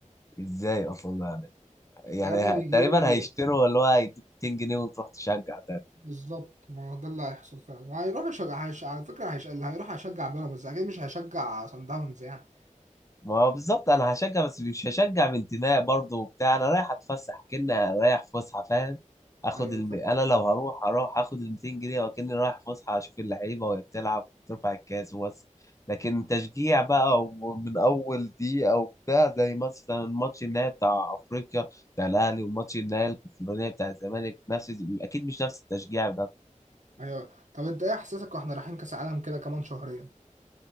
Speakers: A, on the left; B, on the right.
A: ازاي اصلا يعني يعني
B: يا ابني
A: ه-
B: بيجيبوا
A: تقريبا هيشتروا اللي هو هيدوك 200 جنيه وتروح تشجع
B: بالظبط ما هو ده اللي هيحصل فعلا هيروح يشجع هيش... على فكره هيش... اللي هيروح هيشجع بيراميدز اكيد مش هيشجع صن داونز يعني
A: ما هو بالظبط انا هشجع بس مش هشجع من انتماء برضه وبتاع انا رايح اتفسح كأني رايح فسحه فاهم اخد
B: ايوه
A: الم...
B: فاهم
A: انا لو هروح هروح اخد ال 200 جنيه وكأني رايح فسحه اشوف اللعيبه وهي بتلعب ترفع الكاس وبس لكن تشجيع بقى ومن اول دقيقه وبتاع زي مثلا ماتش النهائي بتاع افريقيا بتاع الاهلي وماتش النهائي الكونفدراليه بتاع الزمالك نفس اكيد مش نفس التشجيع ده
B: ايوه طب انت ايه احساسك واحنا رايحين كاس عالم كده كمان شهرين